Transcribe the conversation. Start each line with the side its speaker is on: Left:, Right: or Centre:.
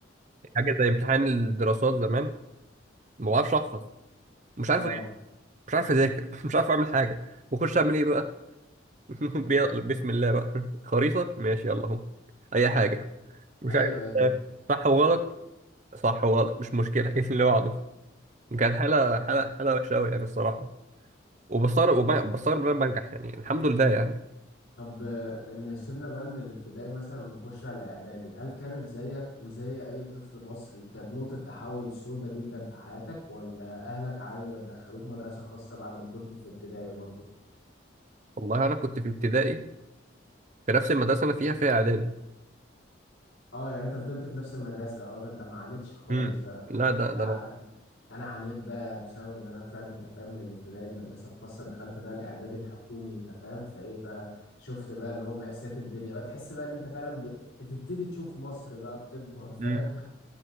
Right: يعني حاجة زي امتحان الدراسات زمان ما بعرفش احفظ مش عارف
Left: اه
Right: أغش، مش عارف اذاكر <laughs> مش عارف اعمل حاجة بخش اعمل ايه بقى <laughs> بي- بسم الله بقى خريطة ماشي يلا اهو أي حاجة مش
Left: ايوه
Right: عارف
Left: ايوه فاهم
Right: صح وغلط صح وغلط مش مشكلة <laughs> ايه اللي بعده كانت حالة حالة حالة وحشة أوي يعني الصراحة وبستغرب وب- بستغرب إن أنا بنجح يعني الحمد لله يعني
Left: طب آه، ان سيبنا بقى من الابتدائي مثلا ونخش على الاعدادي هل كانت زيك وزي اي طفل مصري كانت نقطة تحول سودة جدا في حياتك ولا اهلك عادي ودخلوك مدرسة خاصة بعد ما كنت في ابتدائي برضه
Right: والله أنا كنت في ابتدائي في نفس المدرسة أنا فيها فيها إعدادي
Left: اه يعني انت فضلت في نفس المدرسة اه ده انت ما عانيتش خالص
Right: امم
Left: بقى
Right: لا ده
Left: يعني
Right: ده أنا
Left: انا عانيت بقى بسبب ان انا طلعت انت فاهم من الابتدائي المدرسه الخاصه دخلت بقى الاعدادي الحكومي انت فاهم فايه بقى شفت بقى اللي هو مأساة الدنيا بقى تحس بقى ان انت فعلا ب- بتبتدي تشوف مصر بقى بتكبر فاهم
Right: امم